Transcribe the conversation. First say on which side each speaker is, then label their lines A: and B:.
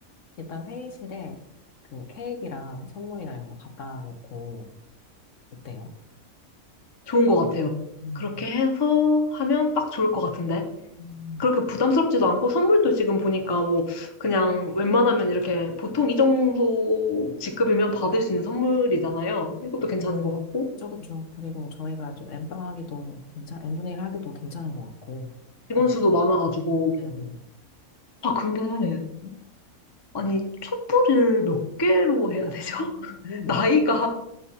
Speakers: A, on the left; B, on the left.
A: 일단 회의실에 그 케이크랑 선물이나 이런 거 갖다 놓고 있대요.
B: 좋은 것 같아요.
A: 음.
B: 그렇게 해서 하면 딱 좋을 것 같은데.
A: 음.
B: 그렇게 부담스럽지도 않고 선물도 지금 보니까 뭐 그냥 웬만하면 이렇게 보통 이 정도 직급이면 받을 수 있는 선물이잖아요. 이것도 괜찮은 것 같고.
A: 그쵸 그쵸. 그리고 저희가 좀 엠빵하기도 괜찮 엠분의 일 하기도 괜찮은 것 같고.
B: 직원
A: 그
B: 수도 많아가지고.
A: 네네.
B: 아, 근데
A: 음?
B: 아니 촛불을 몇 개로 해야
A: 아,
B: 되죠? <laughs>
A: 그렇네.
B: 나이가